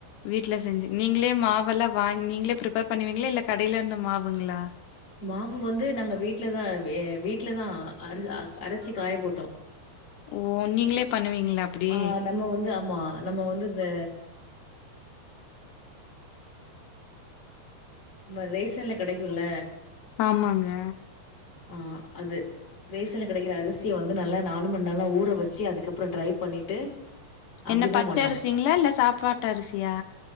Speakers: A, on the left; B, on the left.
A: வீட்ல செஞ்சு நீங்களே மாவெல்லாம் வாங்கி நீங்களே ஃபிரிப்பேர் பண்ணுவீங்களா இல்ல கடையில இருந் மாவுங்களா
B: மாவு வந்து நாங்க வீட்டு்லதா எ வீட்டு்லதா அரசி அ அரைச்சு காய போட்டோ
A: ஓ நீங்களே பண்ணுவீங்களா அப்டி
B: ஆ நம்ம வந்து ஆமா நம்ம வந்து இந்த நம்ம ரேஷன்ல கிடைக்குல
A: ஆமாங்க
B: ஆஹ் அது ரேஷ்சன் கிடைக்கிற அரிசியை வந்து நல்லா நாலு மண் நல ஊற வச்சு அதுக்கப்புற் ட்ரை பண்ணிட்டு அப்டிதா
A: என்ன பச்ச
B: பண்ணோ
A: அரிசிங்களா இல்ல சாப்பாட்டு அரிசியா